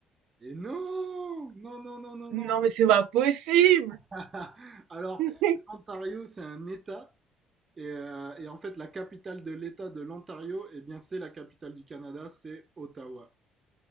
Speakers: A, on the right; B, on the right.
A: Et non! Non, non, non, non, non!
B: Non, mais c'est pas possible!
A: <laughs> Alors,
B: <laughs>
A: Ontario, c'est un État Et, euh, et en fait, la capitale de l'État de l'Ontario, eh bien, c'est la capitale du Canada, c'est Ottawa.